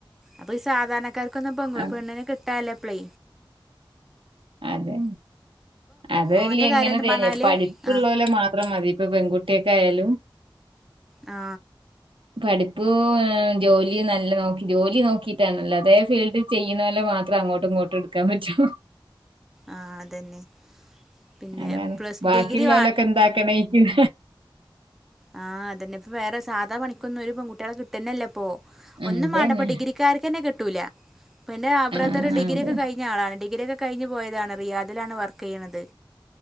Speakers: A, in the centre; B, on the right.
A: അപ്പ ഈ സാധാരണക്കാർക്കൊന്നും പെ
B: അ
A: പെണ്ണിനെ കിട്ടാല്ല. പ്ലേ.
B: അതെ. അത് വെല്ല്യതിങ്ങനെല്ലായ്ന്
A: ഓൻ്റെ കാര്യം എന്ന് പറഞ്ഞാൽ
B: പഠിപ്പുള്ളോലെ
A: ആ
B: മാത്രം മതി ഇപ്പൊ പെൺകു ട്ട്യേക്കായാലും.
A: ആ
B: പഠിപ്പ് ഏ ജോലി നല്ല നോക്കി ജോലി നോക്കിട്ടാണല്ലോ അതേ ഫീൽഡിൽ ചെയ്യണോലേ വ മാത്രം അങ്ങോട്ടും ഇങ്ങോട്ടും ഇടാക്കാൻ പറ്റോ
A: ആ അതന്നെ. പിന്നെ
B: അതാണ്
A: പ്ലസ്
B: ബാക്കിള്ളോലൊക്കെ
A: ഡിഗ്രി
B: എന്താക്കണായ്‌ക്കും.
A: ആ അതഞന്നെ ഇപ്പൊ വേറെസ് സാധാ പണിക്കൊന്നും ഒരു പെൺകുട്ട്യോളെ കിട്ടന്നെല്ലപ്പൊ
B: അതന്നെ
A: ഒന്നും മാണ്ടപ്പ ഡിഗ്രിക്കാർക്കന്നെ കിട്ടൂല. പിന്നെ ആബ്രതറ്
B: ആ
A: ഡിഗ്ര്യൊക്കെ
B: അതെ
A: കയ്ഞ്ഞ ആളാണ് ഡിഗ്ര്യൊക്കെ കയിഞ്ഞ് പോയതാണ് റിയാദിലാണ് വർക്കെയ്യ്ണത്